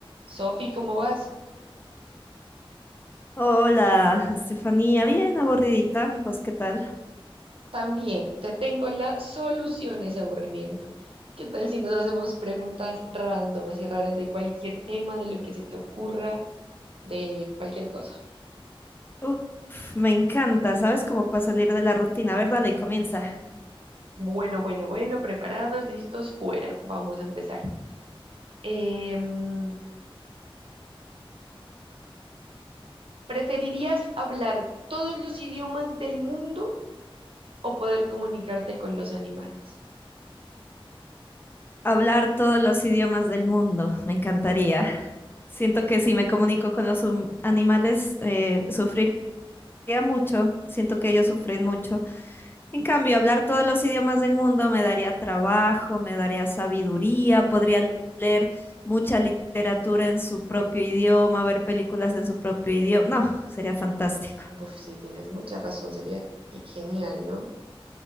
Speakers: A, on the right; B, on the left.
A: Sofi, ¿cómo vas?
B: Hola, Estefanía, bien aburridita, ¿vos qué tal?
A: También te tengo la solución a ese aburrimiento. ¿Qué tal si nos hacemos preguntas rándomas y raras de cualquier tema, de lo que se te ocurra, de cualquier cosa?
B: Uf, me encanta, ¿sabes? Como para salir de la rutina. A ver, dale, comienza.
A: Bueno, bueno, bueno, preparados, listos, fuera. Vamos a empezar. Em, ¿preferirías hablar todos los idiomas del mundo o poder comunicarte con los animales?
B: Hablar todos los idiomas del mundo, me encantaría. Siento que si me comunico con los hum- animales, eh, sufriría mucho, siento que ellos sufren mucho. En cambio, hablar todos los idiomas del mundo me daría trabajo, me daría sabiduría, podría leer mucha literatura en su propio idioma, ver películas en su propio idioma. No, sería fantástico.
A: Uf, sí, tienes mucha razón, sería eh, genial, ¿no?